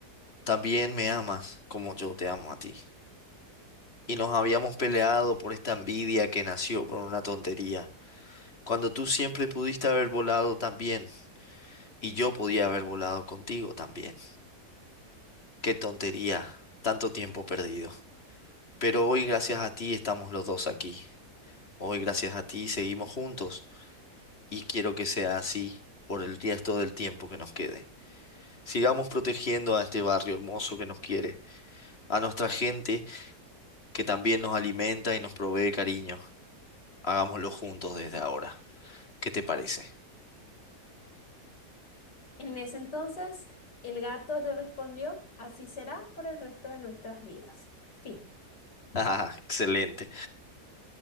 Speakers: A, on the left (about 40°); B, on the left (about 90°).
A: también me amas como yo te amo a ti. Y nos habíamos peleado por esta envidia que nació por una tontería, cuando tú siempre pudiste haber volado también, y yo podía haber volado contigo también. Qué tontería, tanto tiempo perdido. Pero hoy gracias a ti estamos los dos aquí. Hoy gracias a ti seguimos juntos y quiero que sea así por el resto del tiempo que nos quede. Sigamos protegiendo a este barrio hermoso que nos quiere, a nuestra gente que también nos alimenta y nos provee cariño. Hagámoslo juntos desde ahora. ¿Qué te parece? <laughs>
B: En ese entonces, el gato le respondió, así será por el resto de nuestras vidas. Fin.
A: Ah, excelente.